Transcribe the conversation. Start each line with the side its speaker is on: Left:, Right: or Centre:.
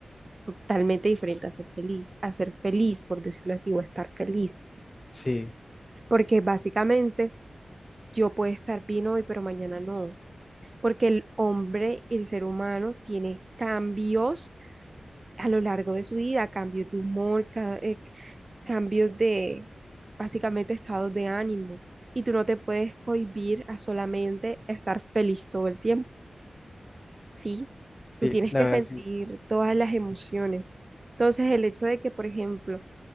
Right: totalmente diferente a ser feliz, a ser feliz, por decirlo así, o a estar feliz.
Left: Sí,
Right: Porque básicamente yo puedo estar bien hoy, pero mañana no. Porque el hombre, el ser humano, tiene cambios a lo largo de su vida, cambios de humor, ca- eh, cambios de básicamente estados de ánimo. Y tú no te puedes cohibir a solamente estar feliz todo el tiempo, ¿sí? Tú
Left: sí,
Right: tienes
Left: la
Right: que
Left: verdad
Right: sentir
Left: sí.
Right: todas las emociones. Entonces, el hecho de que, por ejemplo,